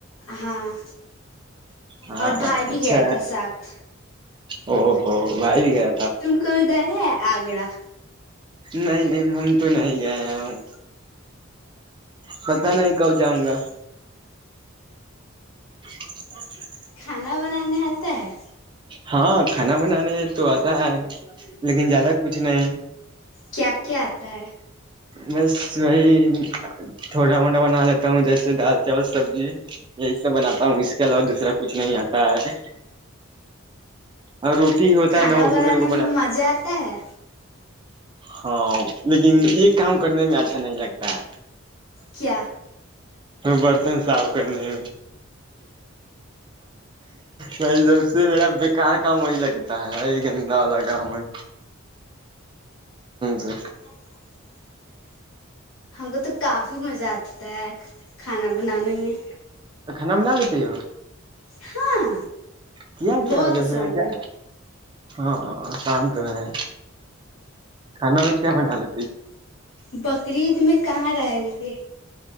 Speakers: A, on the left; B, on the right.
A: ہاں
B: ہاں
A: اور بھائی بھی
B: اچھا
A: گیا تھا ساتھ
B: او ہوو بدیک
A: تم ک و گ ہے آگڑا
B: نہیں نہیں ہم تو نہیں گئے ہوں پت نہیں کب جاؤں گا <inaudible>
A: کھانا بنانے آتا ہے
B: ہاں کھانا بنانے تو آتا ہے لیکن زیادہ کچھ نہیں
A: کیا کیا آتا ہے
B: بس وہی تھوٹا موٹا بنا لیتا ہوں جیسے دال چاول سبزی یہی سب بنا ہوں اس کے علاوہ دوسرا کچھ نہیں آتا ہے اور روٹی ہوتا
A: کھانا
B: ہے نا وہ
A: بنانے
B: تو میرے کو
A: میں مزہ آتا ہے
B: ہاں لیکن یہ کام کرنے میں اچھا نہیں لگتا ہے
A: کیا
B: برتن صاف کر نہیں نہیں جب سے میرا بیکار کام وہی لگتا ہے وہی گندا والا کام ہے سے
A: <inaudible> وہ تو کافی مزہ آتا ہے کھانا بنانے میں
B: نام نالیتی ہو
A: ہاں
B: کیا
A: بہت
B: کیا وجہ
A: آسان
B: سے میں کیا
A: ہے
B: ہاں ش تو ہے کھانا میں کیا بنا <inaudible>
A: بکری عید میں کہاں رہ گے